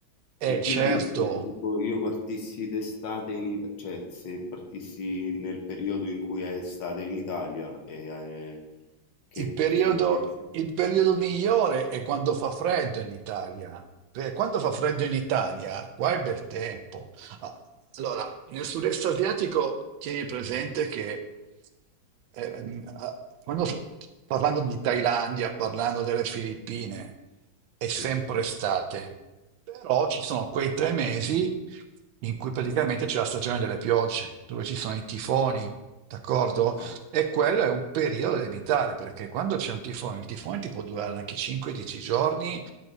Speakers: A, on the left; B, on the right.
A: E
B: e
A: quindi
B: certo.
A: se tipo io partissi d'estate in Italia, cioè se partissi nel periodo in cui è estate in Italia, e, eh, che,
B: Il periodo,
A: che, che-
B: il periodo migliore è quando fa freddo in Italia, perché quando fa freddo in Italia, qua è bel tempo. Ah, Allora, nel sud-est asiatico tieni presente che ehm, ah, quando s- parlando di Thailandia, parlando delle Filippine, è sempre
A: Sì,
B: estate, però ci sono quei tre mesi in cui praticamente c'è la stagione delle piogge, dove ci sono i tifoni, d'accordo?
A: ok.
B: E quello è un periodo da evitare, perché quando c'è un tifone, il tifone ti può durare anche 5-10 giorni